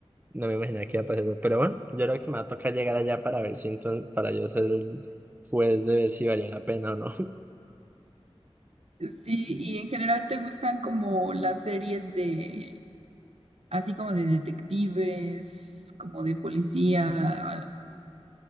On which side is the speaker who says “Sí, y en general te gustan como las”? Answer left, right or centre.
Right